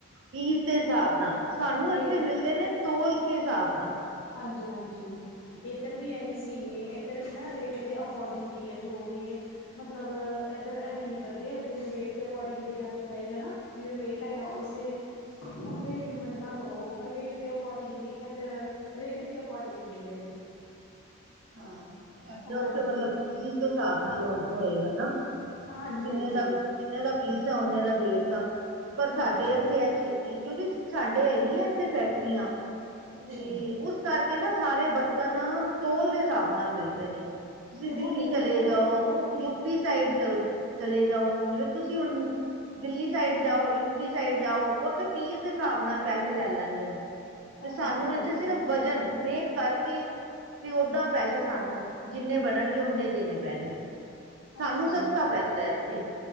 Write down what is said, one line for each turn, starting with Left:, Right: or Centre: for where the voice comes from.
Right: ਪੀਸ ਦੇ ਹਿਸਾਬ ਨਾਲ ਸਾਨੂੰ ਇੱਥੇ
Left: ਰੇਟ
Right: ਮਿਲਦੇ ਨੇ ਤੋਂਲ ਦੇ ਹਿਸਾਬ ਨਾਲ।
Left: ਹਾਂਜੀ ਹਾਂਜੀ ਇੱਧਰ ਵੀ ਇਹੀ ਸੀ ਨੇ। ਇੱਧਰ ਵੀ ਨਾ ਰੇਟ ਦੇ ਅਕੋਰਡਿੰਗਲੀ ਹੈ ਜੋ ਵੀ ਹੈ। ਮਤਲਬ ਇੱਧਰ ਐਵੇਂ ਨੀ ਕਰਦੇ ਆ ਜਿਵੇਂ ਵੇਟ ਦੇ ਅਕੋਰਡਿੰਗ ਦੇਣਾ ਚਾਹੀਦਾ ਨਾ ਜਿਵੇਂ ਵੇਟ ਹੈਗਾ ਉਸ? ਦੇ ਓਂਦੇ ਲਿਮਟ ਦੋ ਪਰ ਰੇਟ ਦੇ ਅਕੋਰਡਿੰਗ ਨ ਇਧਰ ਰੇਟ ਦੇ ਅਕੋਰਡਿੰਗ ਦਿੰਦੇ ਜੇ।
Right: ਹਾਂ ਸਾਡੇ
Left: ਹਾਂਜੀ,
Right: ਉਥੇ ਮਤਲਬ ਪੀਸ ਦੇ ਹਿਸਾਬ ਨਾਲ ਆ ਹੋਏਗਾ ਨਾ?
Left: ਹਾਂਜੀ-ਹਾਂਜੀ।
Right: ਜਿੰਨੇ ਦਾ, ਜਿੰਨੇ ਦਾ ਪੀਸ ਆ ਓਨੇ ਦਾ ਦੇ ਤਾ, ਪਰ
Left: ਹਾਂਜੀ,
Right: ਸਾਡੇ
Left: ਹਾਂਜੀ
Right: ਇੱਥੇ? <unintelligible> ਸਾਡੇ ਹੈਗੀ ਆ ਇੱਥੇ ਫੈਕਟਰੀਆਂ,
Left: ਅੱਛਾ
Right: ਤੇ
Left: ਜੀ
Right: ਉਸ ਕਰਕੇ ਨਾ, ਸਾਰੇ ਬਰਤਨ ਤੋਲ ਦੇ ਹਿਸਾਬ ਨਾਲ ਮਿਲਦੇ ਨੇ। ਤੁਸੀਂ
Left: ਤੇ
Right: ਦਿੱਲੀ
Left: ਤੁਹਾਡੇ ਉੱਥੇ
Right: ਚੱਲੇ
Left: ਬੰਦੇ
Right: ਜਾਓ,
Left: ਵੀ ਹੋਣਗੇ?
Right: ਯੂਪੀ ਸਾਈਡ ਚ, ਚੱਲੇ ਜਾਓ, ਜਿਵੇਂ ਤੁਸੀਂ ਹੁਣ। ਦਿੱਲੀ ਸਾਈਡ ਜਾਓ, ਯੂਪੀ ਸਾਈਡ ਜਾਓ, ਉੱਥੇ ਪੀਸ ਦੇ ਹਿਸਾਬ ਨਾਲ ਪੈਸੇ ਲੈ ਲੈਂਦੇ ਨੇ।
Left: ਹਾਂਜੀ,
Right: ਤੇ ਸਾਨੂੰ ਇੱਥੇ ਸਿਰਫ ਵਜ਼ਨ, ਵੇਟ ਕਰਕੇ। ਤੇ ਓਦਾਂ, ਪੈਸੇ ਸਾਨੂੰ, ਜਿੰਨੇ ਬਣਨਗੇ, ਓਨੇ ਦੇਣੇ ਪੈਣਗੇ। ਸਾਨੂੰ
Left: ਅੱਛਾ
Right: ਸਸਤਾ
Left: ਜੀ।
Right: ਪੈਂਦਾ ਇੱਥੇ,